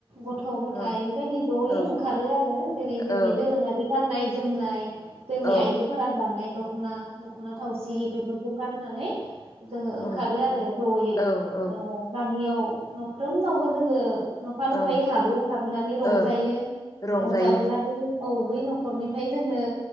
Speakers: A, on the right; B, on the left.
A: गथ' गथाय
B: औ
A: बेबायदि जयै
B: औ
A: ओंखारो आरो जेरै जोंनि
B: औ
A: दोरोङारि गान्नाय जोमनाय जोंनि
B: औ
A: आइजोफोरा जानाय दखना दख'ना थावसि बेफोरखौ गाननानै जोङो ओंखारो
B: ओं
A: आरो
B: औ
A: जयै
B: औ
A: ओ गामियाव न'फ्रोमनावबो जोङो नफा नफायै
B: ओं
A: हाबो हाबनानै रंजायो
B: ओ रंजायो
A: रंजाबोलाबो औ बै न'खरनिफ्राय जोंनो